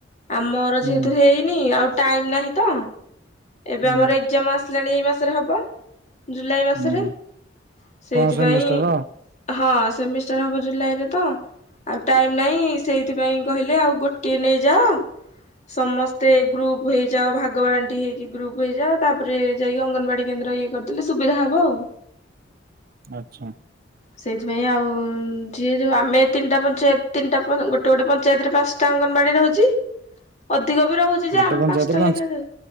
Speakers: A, on the left; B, on the right.
A: ଆମର
B: ହୁଁ
A: ଯେହେତୁ ହେଇନି ଆଉ ଟାଇମ୍ ନାହିଁ ତ ଏବେ
B: ହୁଁ
A: ଆମର ଏଜାମ ଆ ଆସିଲାଣି ଏଇ ମାସରେ ହେବ ଜୁଲାଇ ମାସରେ
B: ହୁଁ
A: ସେଇଥିପାଇଁ
B: କଣ ସେମିଷ୍ଟର
A: ହଁ ସେମିଷ୍ଟାର ହବ ଜୁଲାଇ ରେ ତ। ଆଉ ଟାଇମ୍ ନାହିଁ ସେଇଥିପାଇଁ କହିଲେ ଆଉ ଗୋଟିଏ ନେଇଯାଅ। ସମସ୍ତେ ଗ୍ରୁପ୍ ହେଇଯାଅ ଭାଗବାଣ୍ଟି ହେଇକି ଗ୍ରୁପ୍ ହେଇଯାଅ ତାପରେ ଯାଇକି ଅଙ୍ଗନବାଡି କେନ୍ଦ୍ର ଇଏ କରିଦେଲେ ସୁବିଧା ହବ ଆଉ।
B: ଆଚ୍ଛା।
A: ସେଇଥିପାଇଁ ଆଉ ଯିଏ ଯୋଉ ଆମେ ତିନିଟା ପଞ୍ଚାୟତ ତିନିଟା ଗୋଟେ ଗୋଟେ ପଞ୍ଚାୟତରେ ପାଞ୍ଚ ଟା ଅଙ୍ଗନବାଡି ରହୁଛି ଅଧିକ ବି ରହୁଛି ଯେ
B: ଗୋଟେ
A: ଆମେ
B: ପଞ୍ଚାୟତରେ
A: ପାଞ୍ଚଟା ଲେଖା ଯା